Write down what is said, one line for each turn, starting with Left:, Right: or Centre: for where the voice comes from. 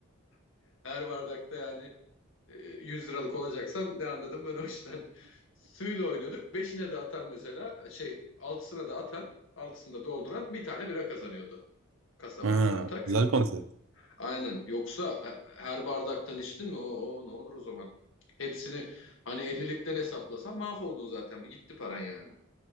Left: <laughs> Her bardakta yani e, 100 liralık olacaksan ne anladım ben o işten. <laughs> Suyla oynuyorduk. Beşine de atan mesela şey altısına da atan altısında dolduran bir tane bira kazanıyordu. Kasa
Right: Ha,
Left: vardı ortak.
Right: güzel konsept.
Left: Aynen. Yoksa her bardaktan içtin mi o, o ne olur o zaman. Hepsini hani ellilikten hesaplasan mahvoldun zaten. Bir gitti paran yani.